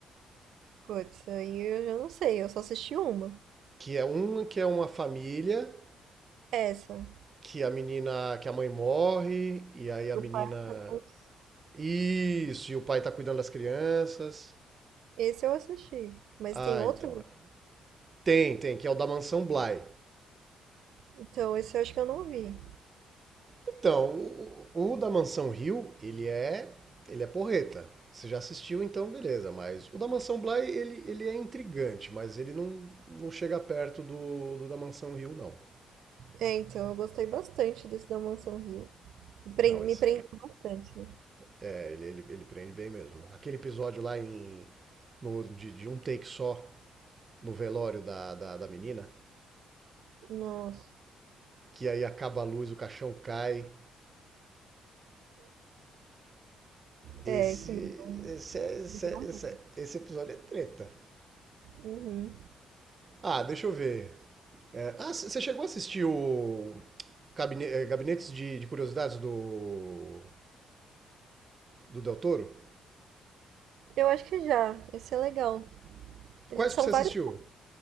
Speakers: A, on the right; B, on the right.
A: Putz, aí eu já não sei, eu só assisti uma.
B: Que é uma que é uma família
A: Essa.
B: que a menina, que a mãe morre e aí a
A: O
B: menina
A: Parque Aquático.
B: isso, e o pai tá cuidando das crianças.
A: Esse eu assisti, mas
B: Ah,
A: tem outra?
B: então. é. Tem, tem, que é o da Mansão Bly.
A: Então, esse eu acho que eu não vi.
B: Então, o, o- o da Mansão Hill, ele é, ele é porreta. Você já assistiu, então beleza, mas o da Mansão Bly, ele, ele é intrigante, mas ele não, não chega perto do, do da Mansão Hill, não.
A: É, então, eu gostei bastante desse da Mansão Hill. Pren-
B: Não, esse,
A: Me prendeu bastante. né?
B: É, ele, ele, ele prende bem mesmo. Aquele episódio lá em. no- de, de um take só no velório da, da, da menina,
A: Nossa.
B: que aí acaba a luz, o caixão cai. Esse.
A: É, esse me deu um-
B: Esse, é- esse,
A: me deu
B: é-
A: um
B: esse,
A: medo.
B: é- esse episódio é treta.
A: Uhum.
B: Ah, deixa eu ver. É, ah, você chegou a assistir o. Cabine, eh, Gabinetes de, de Curiosidades do. do Del Toro?
A: Eu acho que já. Esse é legal. Eles
B: Quais
A: são
B: que você assistiu?
A: vários.